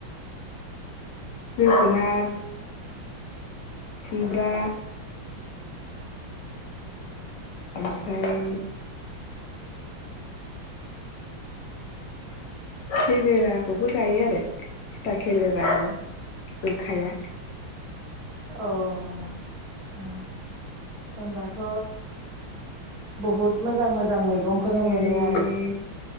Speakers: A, on the left; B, on the right.
A: जोगोनाद, खुमब्रा, ओमफ्राय खेलेराखौबो गायो आरो थिथा खेलेरा गोग्खाया।
B: अह ओ होनबाथ' बहुद मोजां मोजां मैगंखोनो
A: ओमफ्राय
B: मोनो आरो